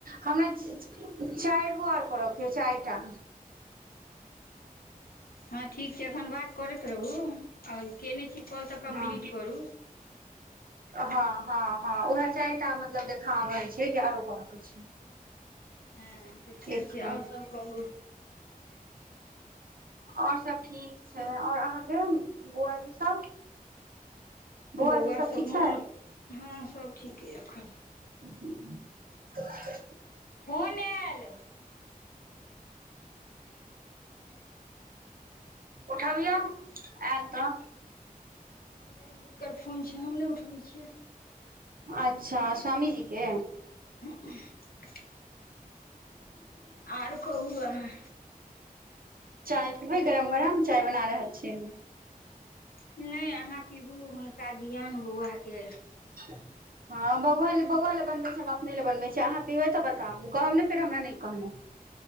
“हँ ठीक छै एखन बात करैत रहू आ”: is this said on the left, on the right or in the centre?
Left